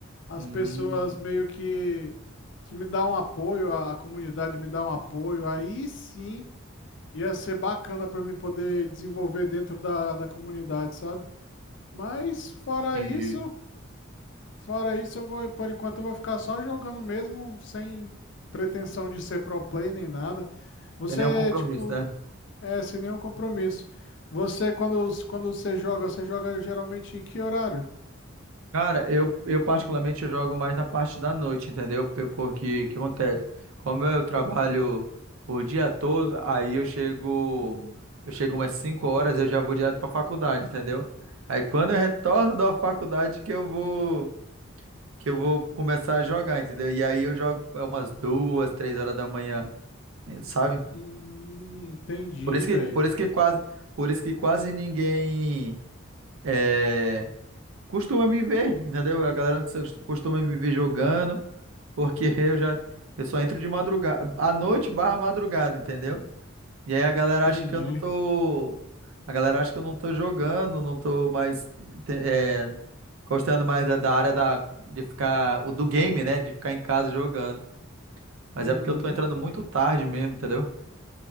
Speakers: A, on the left (about 60°); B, on the right (about 80°).
A: as
B: Hum,
A: pessoas meio que que me dão um apoio, a, a comunidade me dá um apoio, aí sim ia ser bacana para me poder desenvolver dentro da, da comunidade, sabe? Mas fora
B: entendi.
A: isso, fora isso, eu vou, por enquanto eu vou ficar só jogando mesmo, sem pretensão de ser pro play nem nada. Você,
B: Tem nenhum compromisso,
A: tipo,
B: né?
A: é sem nenhum compromisso. Você, quando, quando você joga, você joga geralmente em que horário?
B: Cara, eu, eu particularmente eu jogo mais na parte da noite, entendeu? Pe- Porque o que acontece? Como eu trabalho o dia todo, aí eu chego, eu chego umas 5 horas, eu já vou direto pra faculdade, entendeu? Aí quando eu retorno da faculdade que eu vou que eu vou começar a jogar, entendeu? E aí eu jogo é, umas duas, três horas da manhã, sabe?
A: Hum, entendi,
B: Por isso que,
A: velho.
B: por isso que quase, por isso que quase ninguém eh, costuma me ver, entendeu? A galera não cos- costuma me ver jogando, porque <laughs> eu já eu só entro de madrugada, à noite barra madrugada, entendeu? E aí a galera
A: Entendi.
B: acha que eu não tô, a galera acha que eu não tô jogando, não tô mais te- é, gostando mais da, da área da de ficar o do game, né, de ficar em casa jogando. Mas
A: Uhum,
B: é porque eu tô entrando muito tarde mesmo, entendeu?